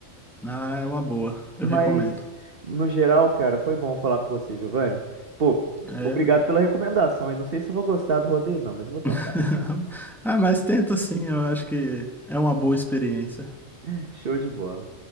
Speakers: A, in the centre; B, on the right (about 45°).
A: Ah, é uma boa. Eu
B: Mas,
A: recomendo.
B: no geral, cara, foi bom falar com você, Giovanni. Pô,
A: É.
B: obrigado pela recomendação. E não sei se eu vou gostar do rodeio, não, mas eu vou tentar.
A: <laughs> Ah, mas tenta sim, eu acho que é uma boa experiência.
B: <laughs> Show de bola.